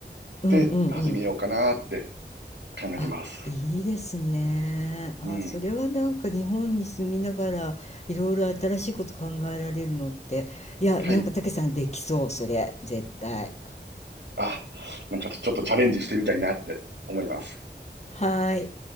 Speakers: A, on the left; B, on the right.
A: うんうんうん。
B: て始めようかなって考えてます。
A: あ、いいですね。あ、
B: うん。
A: それはなんか日本に住みながらいろいろ新しいこと考えられるのって、いや、
B: はい。
A: なんかたけさんできそう、それ、絶対。
B: あ、なんかちょっとチャレンジしてみたいなって思います。
A: はーい。